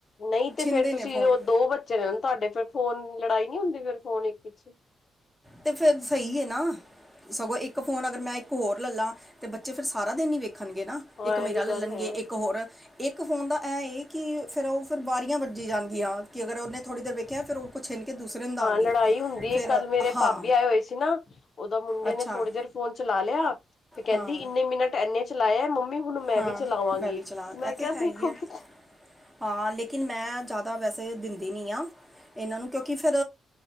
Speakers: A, on the left (about 50°); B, in the centre.
A: ਨਹੀਂ ਤੇ
B: ਛਿੰਦੇ
A: ਫੇਰ ਤੁਸੀਂ
B: ਨੇ ਫੋਨ
A: ਉਹ ਦੋ ਬੱਚੇ <unintelligible> ਤੁਹਾਡੇ ਫੇਰ ਫੋਨ ਲੜਾਈ ਨੀ ਹੁੰਦੀ, ਫੇਰ ਫੋਨ ਇੱਕ ਪਿੱਛੇ
B: ਤੇ ਫੇਰ ਸਹੀ ਹੈ ਨਾ ਸਗੋਂ ਇੱਕ ਫ਼ੋਨ ਅਗਰ ਮੈਂ ਇੱਕ ਹੋਰ ਲੈ ਲਾਂ, ਤਾਂ ਬੱਚੇ ਫਿਰ ਸਾਰਾ ਦਿਨ ਹੀ ਵੇਖਣਗੇ ਨਾ।
A: ਹਾਂ
B: ਇੱਕ ਮੇਰਾ
A: ਇਹ ਵੀ
B: ਲੱਲਣਗੇ
A: ਗੱਲ ਹੈ
B: ਇੱਕ ਹੋਰ ਇੱਕ ਫੋਨ ਦਾ ਇਹ ਇਹ ਕਿ ਫਿਰ ਉਹ ਫਿਰ ਵਾਰੀਆਂ ਵੱਜੀ ਜਾਣਗੀਆਂ ਕਿ ਅਗਰ ਉਹਨੇ ਥੋੜ੍ਹੀ ਦੇਰ ਵੇਖਿਆ ਫਿਰ ਉਹ ਕੁ ਛਨ ਕੇ ਦੂਸਰੇ ਦਾ
A: ਹਾਂ
B: ਆਂਗੀ
A: ਲੜਾਈ ਹੁੰਦੀ ਏ
B: ਫਿਰ
A: ਕੱਲ ਮੇਰੇ
B: ਹਾਂ
A: ਭਾਬੀ ਆਏ ਹੋਏ ਸੀ ਨਾ ਉਹਦੋਂ ਮੁੰਡੇ
B: ਅੱਛਾ
A: ਨੇ ਥੋੜੇ ਦੇਰ ਫੋਨ ਚਲਾ ਲਿਆ ਫ ਕਹਿੰਦੀ
B: ਹਾਂ
A: ਇੰਨੇ ਮਿੰਟ ਇੰਨੇ ਚਲਾਇਆ ਮੰਮੀ ਹੁਣ ਮੈਂ
B: ਹਾਂ
A: ਵੀ ਚਲਾਵਾਂਗੀ
B: ਮੈਂ ਵੀ ਚਲਾ
A: ਮੈਂ
B: ਇਹ ਤੇ
A: ਕਿਹਾ
B: ਹੈ
A: ਦੇਖੋ
B: ਹੀ ਹੈ
A: ਕਿ
B: ਹਾਂ ਲੇਕਿਨ ਮੈਂ ਜ਼ਿਆਦਾ ਵੈਸੇ ਦਿੰਦੀ ਨਹੀਂ ਹਾਂ। ਇਹਨਾਂ ਨੂੰ ਕਿਉਂਕਿ ਫਿਰ